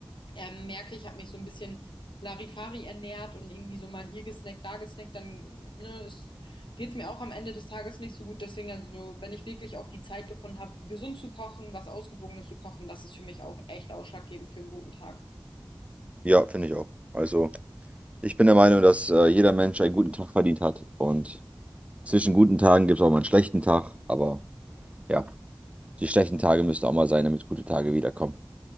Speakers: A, on the left (about 75°); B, on the right (about 15°).
A: ähm, merke, ich habe mich so ein bisschen Larifari ernährt und irgendwie so mal hier gesnackt, da gesnackt, dann ne, es, geht's mir auch am Ende des Tages nicht so gut. Deswegen, also, wenn ich wirklich auch die Zeit gefunden habe, gesund zu kochen, was Ausgewogenes zu kochen, das ist für mich auch echt ausschlaggebend für einen guten Tag.
B: ja, finde ich auch. Also ich bin der Meinung, dass äh, jeder Mensch einen guten Tag verdient hat. Und zwischen guten Tagen gibt es auch mal einen schlechten Tag. Aber ja, die schlechten Tage müssen auch mal sein, damit gute Tage wiederkommen.